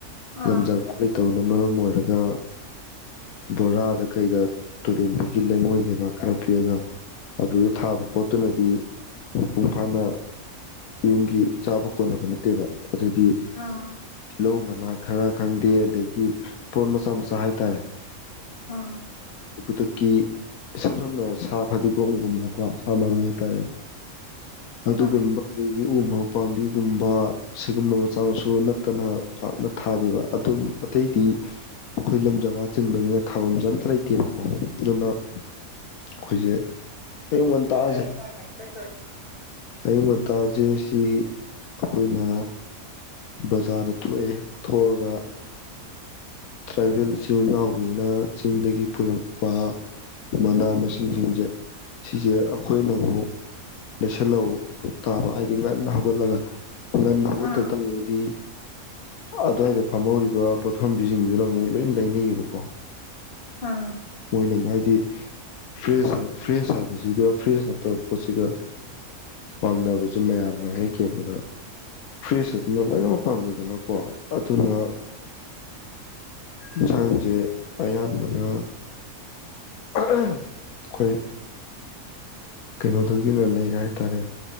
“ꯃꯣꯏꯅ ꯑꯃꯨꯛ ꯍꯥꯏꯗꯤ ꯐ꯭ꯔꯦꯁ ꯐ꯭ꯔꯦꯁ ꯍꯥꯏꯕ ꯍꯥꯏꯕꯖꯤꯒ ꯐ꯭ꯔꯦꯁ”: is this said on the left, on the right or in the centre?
Left